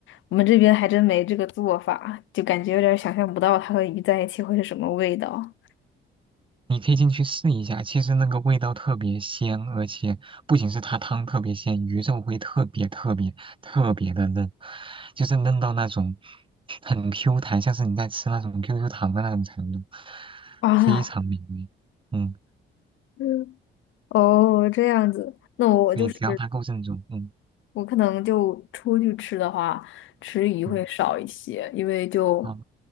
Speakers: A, on the left (about 75°); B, on the right (about 25°).
A: 我们这边还真没这个做法，就感觉有点想象不到它和鱼在一起会是什么味道
B: 你可以进去试一下，其实那个味道特别鲜，而且不仅是它汤特别鲜，鱼肉会特别特别特别的嫩，就是嫩到那种很 Q 弹，像是你在吃那种 QQ 糖的那种程度，
A: 啊。
B: 非常美味。嗯，
A: 嗯哦，这样子，那我就是
B: 对，只要它够正宗。嗯
A: 我可能就出去吃的话，吃鱼会少一些，
B: 嗯，
A: 因为就
B: 好，